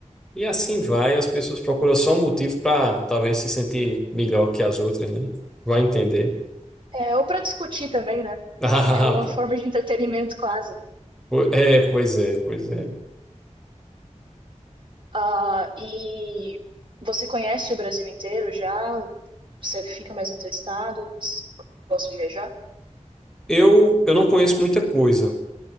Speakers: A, in the centre; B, on the right.
A: e assim vai. As pessoas procuram só um motivo para talvez se sentir melhor que as outras, né? Vai entender. <laughs>
B: É, ou para discutir também, né?
A: Ah,
B: É uma
A: pô.
B: forma de entretenimento quase.
A: Po- É, pois é, pois é.
B: Ah, e você conhece o Brasil inteiro já? Você fica mais entrevistado? Gosta de viajar?
A: Eu, eu não conheço muita coisa,